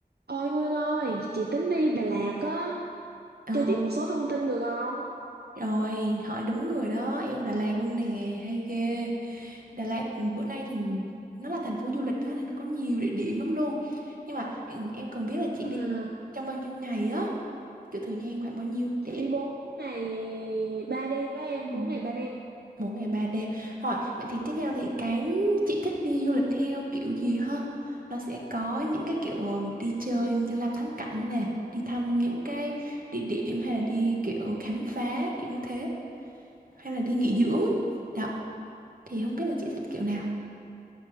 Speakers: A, on the right; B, on the right.
A: Ôi Nguyên ơi, chị tính đi Đà Lạt á,
B: Ờ,
A: cho chị một số thông tin được không?
B: rồi hỏi đúng người đó em ở Đà Lạt luôn nè hay ghê Đà Lạt ừ, bữa nay thì nó là thành phố du lịch đó nên nó có nhiều địa điểm lắm luôn nhưng mà ừ, em cần biết là chị
A: À,
B: đi trong bao nhiêu ngày á kiểu thời gian khoảng bao nhiêu
A: chị
B: để em
A: đi bốn ngày ba đêm đó em,
B: ừ,
A: 4 ngày
B: bốn
A: 3 đêm.
B: bốn ngày ba đêm rồi vậy thì tiếp theo thì cái chị thích đi du lịch theo kiểu gì ha nó sẽ có những cái kiểu ờ, đi chơi đi làm thắng cảnh nè đi thăm những cái địa điểm hay là đi kiểu khám phá kiểu như thế hay là đi nghỉ dưỡng đó Thì không biết là chị thích kiểu nào?